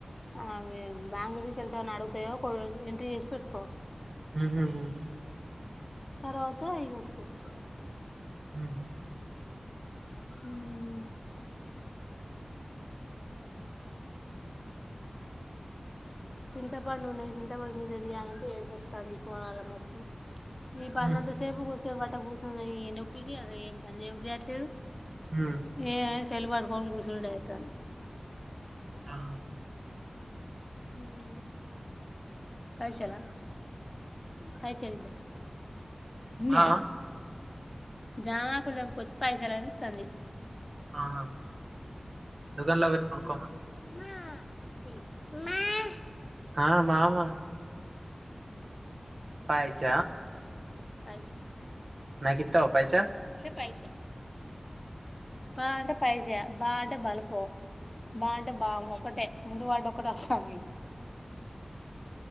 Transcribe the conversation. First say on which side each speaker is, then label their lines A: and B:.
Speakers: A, on the left; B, on the right.
A: ఆ బెంగళూరు. కెళ్తున్నాడు <inaudible> తెలుసామని అగుతాయో ఎంట్రీ చేసి పెట్టుకో
B: ఊహు హు
A: తర్వాత ఇవి కట్టుకోవచ్చు
B: హ్మ్ హు
A: హ్మ్ చింతపండు ఉన్నాయ్ చింతపండు గింజ దియ్యలంటే ఏడ్పోతాంది ఈ పోలాల మటుకు ఈ పనంతసేప్
B: ఉహు
A: కూర్సు కొంసేప్ అట్ట కూర్చున్నా ఈ నొప్పులకి అసలు ఏం పని జేయబుద్లేదు
B: ఉహు
A: ఏ వాయ్స్ తెల్వడ్న్కోన్ కూర్ <unintelligible> అయితాంది
B: ఆ
A: మ్మ్ పైస్యల పైస్యలిదో ఇన్య
B: ఆహా
A: జామాకులు తెంపుకొచ్చి పైసలని ఇత్తంది
B: ఆహా దుకాన్లో పేట్ పంన్కోమను
A: పిలువ్
B: ఆ మామా పైచ
A: పైస
B: నాకిత్తావ పైసల్
A: పైస పా పైజా బా బలుపం బా అంటే బాము ఒకటే ముందువాడు ఒక్కటి వస్సందిగ